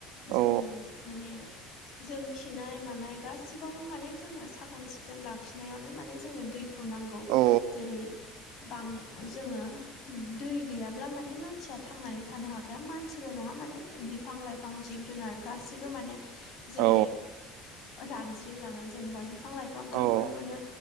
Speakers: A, on the left; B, on the right.
A: जोङो
B: औ
A: माने जों खिनाय मानाय गासिबावबो माने जोङो साखोन सिखोन लाखिनायावनो माने जोंङो दै खौ नांगौ
B: औ
A: जेरै बां जोङो दै गैयाब्ला माने मानसिया थांनानै थानो हाखाया मानसिल' नङा माने बिफां लाइफां जिब जुनार गासिबो माने जेरै
B: औ
A: रानज्रिंलाङो जेनेबा बिफां लाइफांफोरखौनो
B: औ